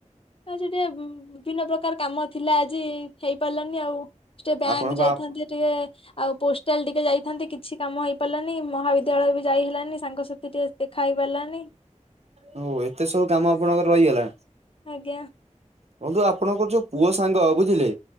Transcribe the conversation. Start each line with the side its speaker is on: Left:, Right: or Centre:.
Left: ଆଜି ଟିକେ ଉଁ ବିଭିନ୍ନ ପ୍ରକାର କାମ ଥିଲା ଆଜି ହେଇ ପାରିଲାନି ଆଉ। ଟିକେ ବ୍ୟାଙ୍କ
Right: ଆପଣଙ୍କ
Left: ଯାଇ
Right: ଆପ
Left: ଥାନ୍ତି ଟିକେ। ଆଉ ପୋଷ୍ଟାଲ ଟିକେ ଯାଇଥାନ୍ତି। କିଛି କାମ ହେଇପାରିଲାନି ମହାବିଦ୍ୟାଳୟ ବି ଯାଇ ହେଲାନି ସାଙ୍ଗସାଥି ଟିକେ ସେ ଖାଇ ପାରିଲାନି
Right: ହଉ ଏତେ ସବୁ କାମ ଆପଣଙ୍କର ରହିଗଲା?
Left: ଆଜ୍ଞା।
Right: ବନ୍ଧୁ ଆପଣଙ୍କର ଯୋଉ ପୁଅ ସାଙ୍ଗ ବୁଝିଲେ?